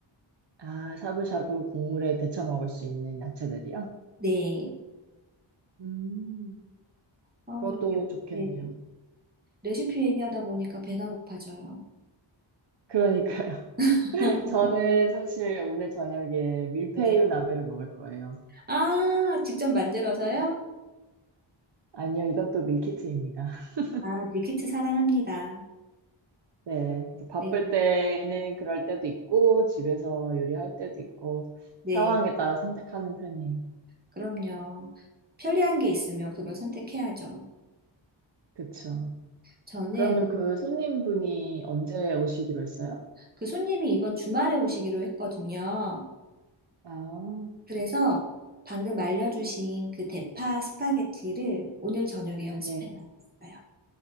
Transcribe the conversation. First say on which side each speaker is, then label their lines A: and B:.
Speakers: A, on the right; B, on the right.
A: 아, 샤브샤브 국물에 데쳐 먹을 수 있는 야채들이요?
B: 네.
A: 음,
B: 어,
A: 그것도
B: 이렇게
A: 좋겠네요.
B: 네. 레시피 얘기하다 보니까 배가 고파져요.
A: 그러니까요.
B: <laughs>
A: <laughs> 저는 사실 오늘 저녁에 밀푀유
B: 네.
A: 나베를 먹을 거예요.
B: 아, 직접 만들어서요?
A: 아니요, 이것도 밀키트입니다. <laughs>
B: 아, 밀키트 사랑합니다.
A: 네, 이제 바쁠
B: 네,
A: 때는 그럴 때도 있고, 집에서 요리할 때도 있고,
B: 네,
A: 상황에 따라 선택하는 편이에요.
B: 그럼요. 편리한 게 있으면 그걸 선택해야죠.
A: 그쵸.
B: 저는
A: 그러면 그 손님분이 언제 오시기로 했어요?
B: 그 손님이 이번 주말에 오시기로 했거든요.
A: 아,
B: 그래서 방금 알려주신 그 대파 스파게티를 오늘 저녁에 연습해
A: 네.
B: 놨어요.